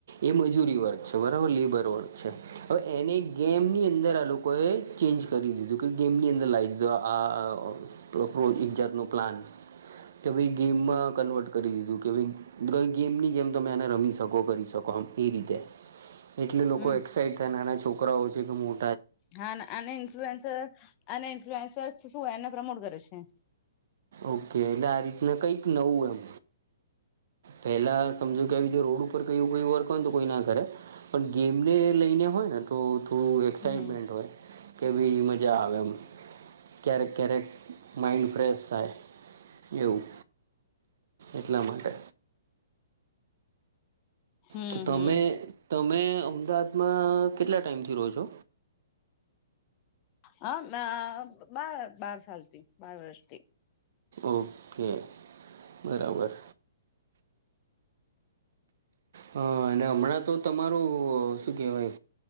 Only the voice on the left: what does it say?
હમ
હા, અને ઇન્ફલન્સ અને ઇન્ફ્લુએન્સર શું એને પ્રમોટ કરે છે.
હમ
હમ
હમ
હા બાર બાર સાલથી બાર વર્ષથી,